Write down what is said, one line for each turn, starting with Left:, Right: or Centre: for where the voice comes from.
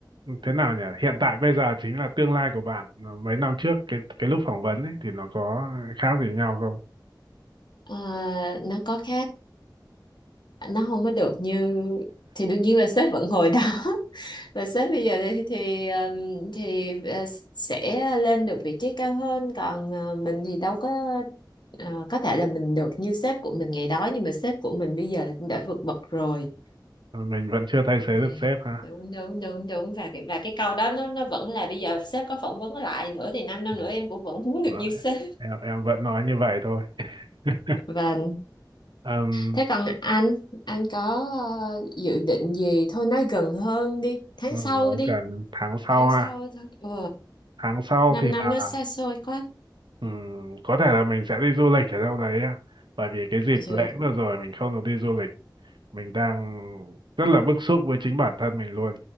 Right: thế nào nhỉ? Hiện tại bây giờ chính là tương lai của bạn. Ờ, Mấy năm trước cái cái lúc phỏng vấn ấy thì nó có khác gì nhau không?
Left: Ờ, nó có khác nó không có được như thì đương nhiên là sếp vẫn ngồi đó <laughs> và sếp bây giờ thì thì, ừm, thì ờ, sẽ lên được vị trí cao hơn còn ờ, mình thì đâu có ờ, có thể là mình được như sếp của mình ngày đó nhưng mà sếp của mình bây giờ là cũng đã vượt bậc rồi
Right: Ờ, Mình vẫn chưa thay thế
Left: À,
Right: được sếp ha.
Left: đúng đúng đúng đúng và cái- và cái câu đó nó nó vẫn là bây giờ sếp có phỏng vấn lại nữa thì 5 năm năm
Right: Ừ.
Left: nữa em cũng vẫn muốn được
Right: Vậy.
Left: như sếp
Right: Em em vẫn nói như vậy thôi. <laughs>
Left: và
Right: Ừm,
Left: thế còn anh anh có ờ, dự định gì thôi nói gần hơn đi tháng
Right: ừ,
Left: sau
Right: nói
Left: đi
Right: gần tháng sau
Left: tháng
Right: ha.
Left: sau tháng ừ,
Right: Tháng sau
Left: 5
Right: thì
Left: năm
Right: là
Left: nó xa xôi quá
Right: ừm, có thể là mình sẽ đi du lịch ở đâu đấy á. Bởi vì cái dịp
Left: rồi
Right: lễ vừa rồi mình không được đi du lịch mình đang rất là bức xúc với chính bản thân mình luôn